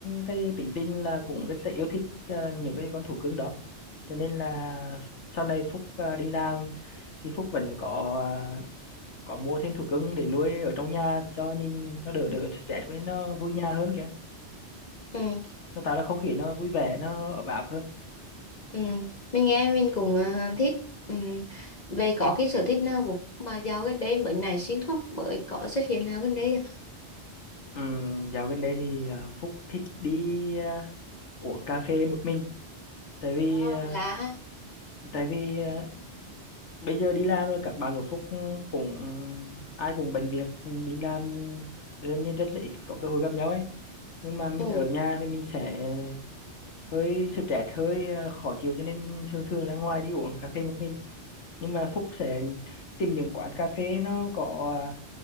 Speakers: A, on the left; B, on the left.
A: cái tính tình là cũng rất là yêu thích ờ, những cái con thú cưng đó cho nên là sau này Phúc ờ, đi làm thì Phúc vẫn có ờ, có mua thêm thú cưng để nuôi ở trong nhà cho nhìn cho đỡ đỡ stress với nó vui nhà hơn kìa
B: ừ,
A: nó tạo ra không khí nó vui vẻ nó ấm áp hơn
B: ừ. mình nghe mình cũng ờ, thích ừ. về có cái sở thích nào của Phúc mà dạo gần đây mới nảy sinh không mới có xuất hiện nào gần đây chẳng hạn
A: Ừm, dạo gần đây thì ờ, Phúc thích đi ờ, uống cà phê một mình tại vì
B: Ờ,
A: ờ,
B: là ha
A: tại vì ờ, bây giờ đi làm rồi các bạn của Phúc cũng ai cũng bận việc ừ, đi làm nên nên rất là ít có cơ hội gặp nhau ấy nhưng mà mình
B: ừ.
A: ở nhà thì mình sẽ hơi stress hơi ờ, khó chịu cho nên mình thường thường ra ngoài đi uống cà phê một mình nhưng mà Phúc sẽ tìm những quán cà phê nó có ờ,